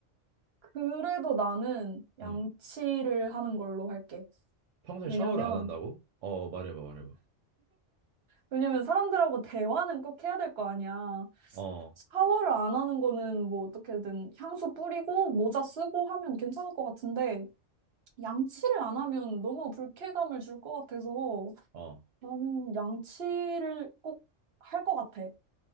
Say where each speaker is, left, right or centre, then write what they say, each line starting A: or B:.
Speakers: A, on the right; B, on the right.
A: 그래도 나는 양치를
B: 음
A: 하는 걸로 할게.
B: 평생
A: 왜냐면
B: 샤워를 안 한다고? 어 말해봐 말해봐.
A: 왜냐면 사람들하고 대화는 꼭 해야 될 거 아니야.
B: 어
A: 샤워를 안 하는 거는 뭐 어떻게든 향수 뿌리고 모자 쓰고 하면 괜찮을 것 같은데 양치를 안 하면 너무 불쾌감을 줄 것 같아서
B: 어.
A: 나는 양치를 꼭 할 것 같아.